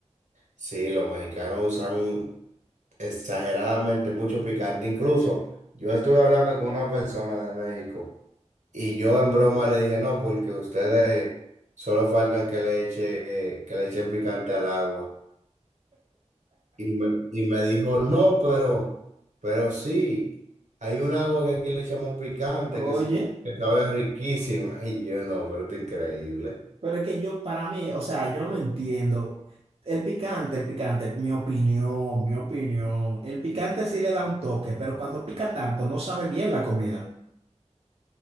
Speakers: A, on the right; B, on the right.
A: Sí, los mexicanos usan exageradamente mucho picante. Incluso yo estuve hablando con una persona de México y yo en broma le dije, no, porque ustedes solo faltan que le eche, que le echen picante al agua. Y me, y me dijo, no, pero, pero sí, hay un agua que aquí le echamos picante,
B: Oye.
A: que sí, que sabe riquísima. <laughs> Y yo no, pero esto es increíble.
B: Pero es que yo, para mí, o sea, yo no entiendo. El picante, el picante, mi opinión, mi opinión. El picante sí le da un toque, pero cuando pica tanto no sabe bien la comida.